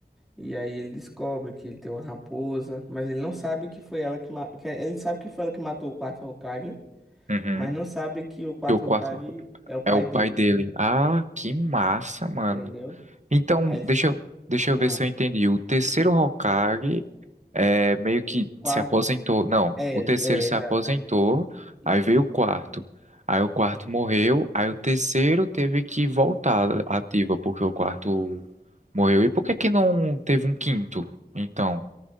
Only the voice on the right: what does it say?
Uhum.
Que o quarto
é o pai
dele. Ah, que massa, mano.
Então,
deixa eu, deixa eu
ver se eu entendi. O terceiro Hokage, é, meio que
se aposentou. Não,
o terceiro
se
aposentou,
aí veio o quarto. Aí o quarto morreu, aí o terceiro teve que voltar ativa, porque o quarto morreu. E por que que não teve um quinto? Então,